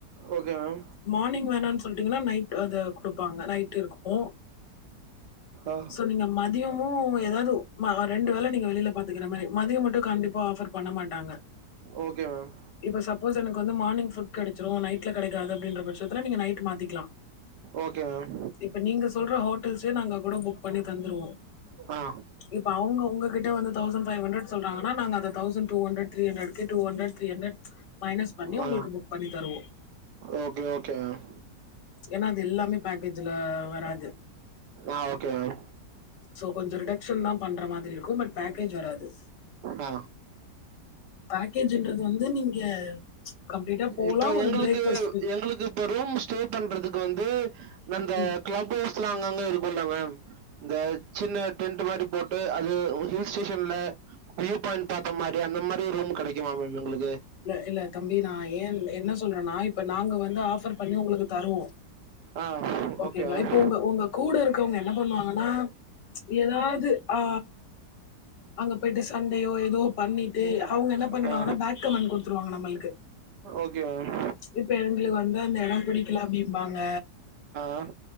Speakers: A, on the right; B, on the left.
A: ஓகே மேம்
B: மார்னிங் வேணானு சொல்டீங்கன்னா நைட் அது குடுப்பாங்க நைட் இருக்கோ
A: ஆ
B: சோ நீங்க மதியமும் ஏதாது மா ரெண்டு வேல நீங்க வெளில பாத்துகிற மாரி மதியம் மட்டும் கண்டிப்பா ஆஃபர் பண்ண மாட்டாங்க
A: ஓகே மேம்
B: இப்போ சப்போஸ் எனக்கு வந்து மார்னிங் ஃபுட் கெடச்சுடும் நைட்ல கெடைக்காது அப்டின்ற பட்சத்துல நீங்க நைட்டு மாத்திகலா
A: ஓகே மேம்
B: இப்போ நீங்க சொல்ற ஹோட்டல்ஸே நாங்க கூட புக் பண்ணி தந்துருவோம்
A: ஆ
B: இப்ப அவுங்க உங்ககிட்ட வந்து தௌசண்ட் ஃபைவ் ஹண்ட்ரட் சொல்றாங்கன்னா நாங்க அத thousand two hundred three hundred two hundred three hundred minus பண்ணி உங்களுக்கு
A: ஆ
B: புக் பண்ணி தருவோம்.
A: ஓகே ஓகே மேம்
B: ஏன்னா அது எல்லாமே பேக்கேஜ்ல வராது
A: ஆ ஓகே மேம்
B: சோ கொஞ்சம் ரிடக்ஷன் தான் பண்ற மாதிரி இருக்கும் பட் பேக்கேஜ் வராது
A: ஆ
B: பேக்கேஜுன்றது வந்து நீங்க கம்ப்ளீட்டா போலாம்.
A: இப்ப
B: ஒரு
A: எங்களுக்கு
B: பிரேக்ஃபாஸ்ட் ஃப்ரீ.
A: எங்களுக்கு இப்ப ரூம் ஸ்டே பண்றதுக்கு வந்து அந்த
B: ம்.
A: கிளப் ஹவுஸ்லா அங்கங்க இருக்குல மேம் இந்த சின்ன டென்ட் மாரி போட்டு அது ஹில் ஸ்டேஷன்ல வியூ பாயிண்ட் பாத்த மாரி அந்த மாரி ரூம் கெடைக்குமா மேம் எங்களுக்கு
B: இல்ல இல்ல தம்பி நா ஏ என்ன சொல்றன்னா இப்ப நாங்க வந்து ஆஃபர் பண்ணி உங்களுக்கு தருவோ
A: ஆ
B: ஓகேங்களா
A: ஓகே மேம்
B: இப்ப உங்க உங்க கூட இருக்கவங்க என்ன பண்ணுவாங்கனா எதாது ஆ அங்க போயிட்டு சண்டேயோ ஏதோ பண்ணிட்டு
A: மேம்
B: அவங்க என்ன பண்ணிடுவாங்கனா
A: ஆ
B: பேட் கமென்ட் குடுத்துருவாங்க நம்மளுக்கு
A: ஓகே மேம்
B: இப்ப எங்ளுக்கு வந்து அந்த எடம் பிடிக்கல அப்டிம்பாங்க
A: அ